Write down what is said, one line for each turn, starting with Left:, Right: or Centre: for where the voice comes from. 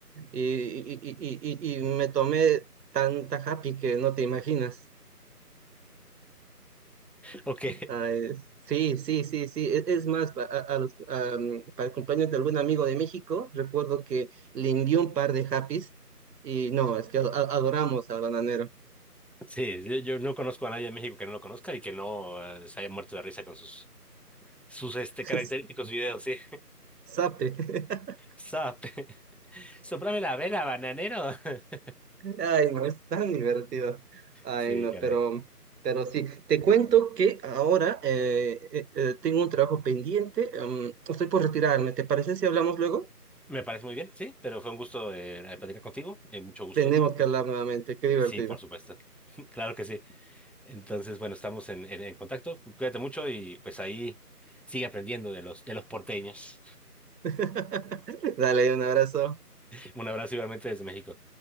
Right: Y, y, y, y, y y me tomé tanta Happy que no te imaginas.
Centre: Ok.
Right: Ah, eh, sí, sí, sí, sí. Es, es más, pa- a- a los- a, mm, para el cumpleaños de algún amigo de México, recuerdo que le envió un par de happies y no, es que a- a- adoramos al bananero.
Centre: Sí, yo, yo no conozco a nadie en México que no lo conozca y que no eh, se haya muerto de risa con sus, sus este,
Right: <laughs>
Centre: característicos videos, sí.
Right: Sape. <laughs>
Centre: Zap. <laughs> Sóprame la vela, bananero. <laughs>
Right: Ay, no, es tan divertido. Ay,
Centre: Sí,
Right: no,
Centre: caray.
Right: pero, pero sí. Te cuento que ahora eh, eh, eh, tengo un trabajo pendiente. em, estoy por retirarme. ¿Te parece si hablamos luego?
Centre: Me parece muy bien, sí, pero fue un gusto eh, platicar contigo. eh, mucho gusto.
Right: Tenemos que hablar nuevamente. Qué divertido.
Centre: Sí, por supuesto. <laughs> Claro que sí. Entonces, bueno, estamos en, en, en contacto. Cuídate mucho y pues ahí sigue aprendiendo de los, de los porteños.
Right: <laughs> Dale, un abrazo.
Centre: <laughs> Un abrazo igualmente desde México.